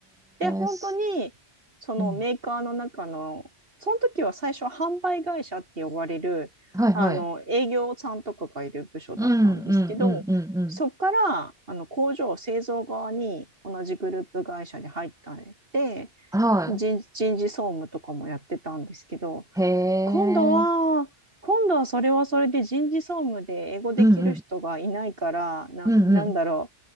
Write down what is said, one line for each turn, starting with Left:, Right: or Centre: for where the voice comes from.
Right: で、本当に、
Centre: えす
Right: そのメーカーの中の、
Centre: うん。
Right: その時は最初は販売会社って呼ばれる、
Centre: はいはい。
Right: あの、営業さんとかがいる部署だったんですけど、
Centre: うんうんうんうんうん。
Right: そこから、あの、工場製造側に同じグループ会社に入ったりで、
Centre: は
Right: 人、人事総務とかもやってたんですけど、
Centre: い。へえ。
Right: 今度は、今度はそれはそれで人事総務で英語できる人がいないから、
Centre: うんうん。
Right: な、
Centre: うんうん。
Right: なんだろ